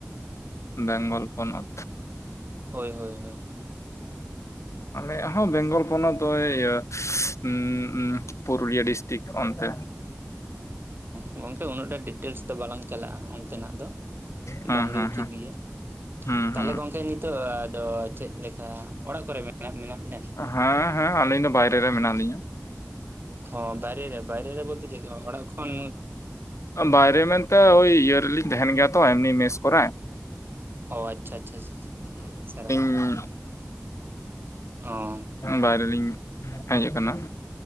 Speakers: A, on the left; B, on the right.
A: ᱵᱮᱝᱜᱚᱞ ᱯᱚᱱᱚᱛ
B: ᱦᱳᱭ ᱦᱳᱭ ᱦᱳᱭ
A: ᱟᱞᱮᱭᱟᱜ ᱦᱚᱸ ᱵᱮᱝᱜᱚᱞ ᱯᱚᱱᱚᱛ ᱤᱭᱟᱹ ᱦᱩᱸ ᱯᱩᱨᱩᱞᱤᱭᱟᱹ ᱰᱤᱥᱴᱤᱠ ᱚᱱᱛᱮ
B: ᱚᱸ ᱜᱚᱝᱠᱮ ᱩᱱᱟᱹᱜ ᱴᱟ ᱰᱤᱴᱮᱞᱥ ᱫᱚ ᱵᱟᱞᱟᱝ ᱪᱟᱞᱟᱜᱼᱟ ᱚᱱᱛᱮ ᱱᱟᱜ ᱫᱚ
A: ᱦᱮᱸ
B: ᱵᱟᱝ ᱜᱮ
A: ᱦᱮᱸ
B: ᱩᱪᱤᱛ
A: ᱦᱮᱸ
B: ᱜᱮᱭᱟ
A: ᱦᱩᱸ
B: ᱛᱟᱦᱚᱞᱮ
A: ᱦᱩᱸ
B: ᱜᱚᱝᱠᱮ ᱱᱤᱛᱚᱜ ᱟᱫᱚ ᱪᱮᱫ ᱞᱮᱠᱟ ᱚᱲᱟᱜ ᱠᱚᱨᱮ ᱢᱮᱱᱟᱜ ᱵᱤᱱᱟ
A: ᱦᱮᱸ ᱦᱮᱸ ᱟᱹᱞᱤᱧ ᱫᱚ ᱵᱟᱭᱨᱮ ᱨᱮ ᱢᱮᱱᱟᱜ ᱞᱤᱧᱟ
B: ᱚᱸ ᱵᱟᱭ ᱨᱮ ᱵᱟᱭ ᱨᱮ ᱵᱚᱞᱛᱮ ᱪᱮᱫᱠᱟ ᱚᱲᱟᱜ ᱠᱷᱚᱱ
A: ᱵᱟᱭᱨᱮ ᱢᱮᱱᱛᱮ ᱳᱭ ᱤᱭᱟᱹ ᱨᱮᱞᱤᱧ ᱛᱟᱸᱦᱮᱱ ᱜᱮᱭᱟ ᱛᱚ ᱮᱢᱱᱤ ᱢᱮᱥ ᱠᱚᱨᱮ
B: ᱚ ᱟᱪᱪᱷᱟ ᱟᱪᱪᱷᱟ <unintelligible>
A: ᱦᱩᱸ
B: ᱦᱚᱸ
A: ᱵᱟᱭᱨᱮ ᱞᱤᱧ ᱦᱮᱡ ᱟᱠᱟᱱᱟ